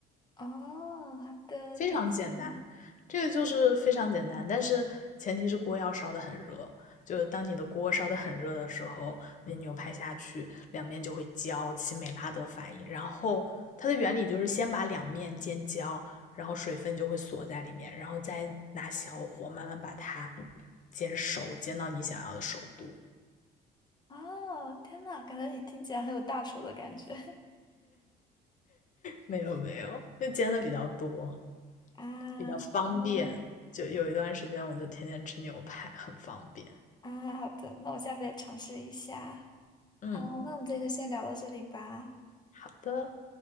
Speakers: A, on the left (about 25°); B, on the left (about 50°).
A: 哦，好的，
B: 非常简单，
A: 感谢你。
B: 这个就是非常简单，但是前提是锅要烧得很热。就是当你的锅烧得很热的时候，你牛排下去，两面就会焦，起美拉德反应。然后它的原理就是先把两面煎焦，然后水分就会锁在里面，然后再拿小火慢慢把它煎熟，煎到你想要的熟度。
A: 哦，天呐，感觉你听起来很有大厨的感觉
B: 没有没有，就煎的比较多，
A: <laughs> 啊。
B: 比较方便。
A: 好的，
B: 就有一段时间我就天天吃牛排，很方便。
A: 啊，好的，那我下次也尝试一下。
B: 嗯，
A: 好，那我们这天先聊到这里吧。
B: 好的。